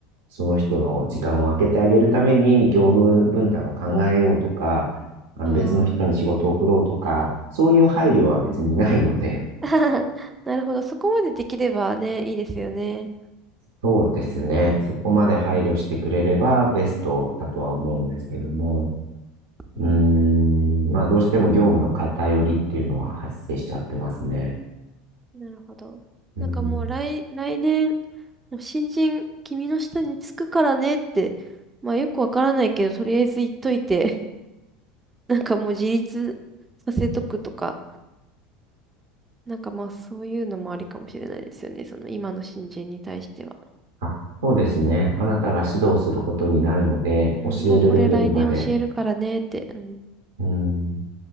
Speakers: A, on the right (about 85°); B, on the right (about 20°).
A: その人の時間を空けてあげるために業務分担を考えようとか、あの別の人に仕事を振ろうとか、
B: ああ。
A: そういう配慮は別にないので、
B: <laughs> なるほど。そこまでできればね、いいですよね。
A: そうですね。そこまで配慮してくれればベストだとは思うんですけども、
B: うん
A: うーん、まあどうしても業務の偏りっていうのは発生しちゃってますね。
B: なるほど。
A: うん
B: なんかもう来、来年、もう新人、君の下につくからねって、まあよくわからないけど、とりあえず言っといて、<laughs> なんかもう自立させとくとか、なんかまあそういうのもありかもしれないですよね。その今の新人に対しては。
A: あそうですね。あなたが指導することになるので、
B: うん、
A: 教えるレベルまで。
B: もうこれ来年教えるからねって、うん。
A: うん。